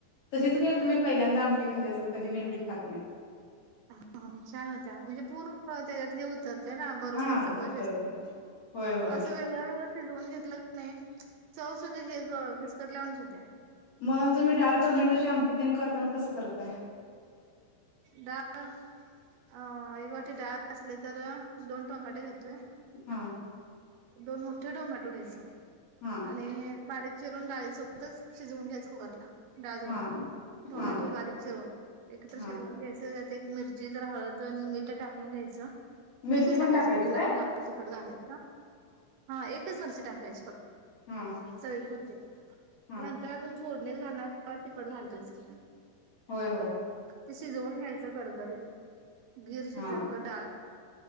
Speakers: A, on the left; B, on the right.
A: तशीच गेल तुम्ही पहिल्यांदा आमटी खाल्ली असल कधी मी एवढी खात नाही.
B: हो छान होत्या म्हणजे पूर्ण त्याच्यात हे. तर ते ना बरोबर
A: हा होत
B: सगळं शिजते
A: होय होय
B: असं वेगळं वेगळं शिजवून घेतलं नाही. चौव सुधा हे विस्कटल्या वाणी होत्या होत्या.
A: मग तुम्ही डाळ टोमॅटोच्या आमटीतेन करताना कसं करताय.
B: डाळ. अ एक वाटी डाळ असले तर दोन टोमॅटे घेतोय.
A: हा
B: दोन मोठे टोमॅटो घ्यायचा
A: हा
B: आणि बारीक. चिरून डाळीसोबतच शिजवून घ्यायस कुकरला डाळ धवून
A: हा
B: टोमॅटो
A: हा
B: बारीक चिरून. एकत्र
A: हा
B: शिजवून घ्यायचं त्यात एक मिरची हळद आणि मीठ टाकून घ्यायचं.
A: मिरची
B: एकच टाकायची
A: पण
B: नंतर
A: काय
B: आपण लाल तिखट घालायचं हा एकच मिरची टाकायची फक्त.
A: हा.
B: चवी पुुरते
A: हा
B: नंतर आपण फोडणीत घालणार तिकड घालतोयच की.
A: होय होय.
B: ते शिजवून घ्यायचं घरगरीत गीर
A: हा
B: शिजायला पाहि डाळ.